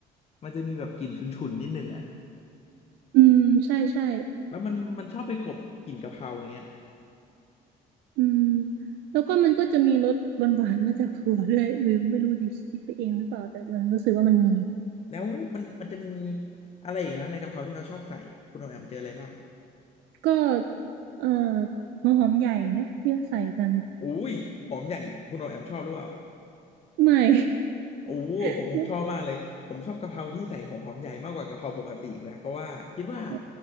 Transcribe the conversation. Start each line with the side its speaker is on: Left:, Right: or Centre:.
Left: มันจะมีแบบกลิ่นฉุนๆนิดนึงอ่ะ
Right: อืมใช่ใช่
Left: แล้วมันมันชอบไปกลบกลิ่นกะเพราอย่างเงี้ย
Right: อืมแล้วก็มันก็จะมีรสหวานๆมาจากถั่วด้วยหรือไม่รู้ดิคิดไปเองหรือเปล่าแต่มันรู้สึกว่ามันมี
Left: แล้วมันมันจะมีอะไรอย่างนั้นในกะเพราที่เขาชอบใส่คุณโอแอมเจออะไรบ้าง
Right: ก็เอ่อหัวหอมใหญ่ไหมเยอะใส่กัน
Left: อุ้ยหอมใหญ่คุณโอแอมชอบหรือเปล่า
Right: ไม่
Left: โอ้ผมผมชอบมากเลยผมชอบกะเพราที่ใส่หัวหอมใหญ่มากกว่ากะเพราปกติอีกนะเพราะว่าคิดว่า
Right: <laughs> ไม่โอ